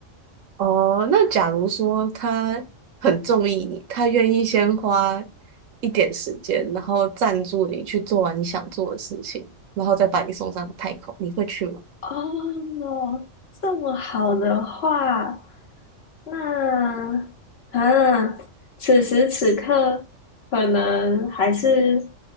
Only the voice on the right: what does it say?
哦，那假如说他很中意你，他愿意先花一点时间，然后赞助你去做完你想做的事情，然后再把你送上太空，你会去吗？